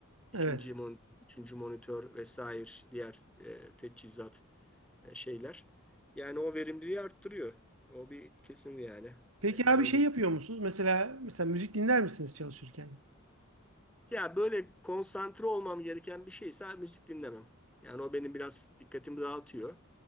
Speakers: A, in the centre; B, on the right (about 80°).
A: ikinci
B: evet.
A: monitör, üçüncü monitör vesaire diğer e, teçhizat e, şeyler. Yani o verimliliği arttırıyor. O bir kesin yani.
B: Peki
A: E, Ben
B: abi
A: öyle
B: şey
A: düşünüyorum.
B: yapıyor musunuz? Mesela mesela müzik dinler misiniz çalışırken?
A: Ya böyle konsantre olmam gereken bir şeyse müzik dinlemem. Yani o benim biraz dikkatimi dağıtıyor.